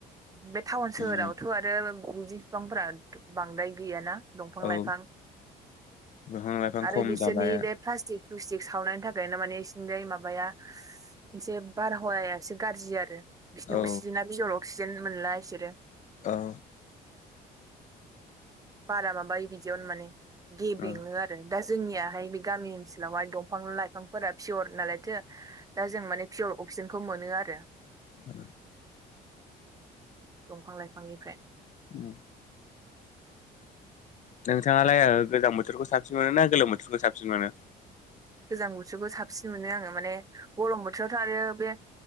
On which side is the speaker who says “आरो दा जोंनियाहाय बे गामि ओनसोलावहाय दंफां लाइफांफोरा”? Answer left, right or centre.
Right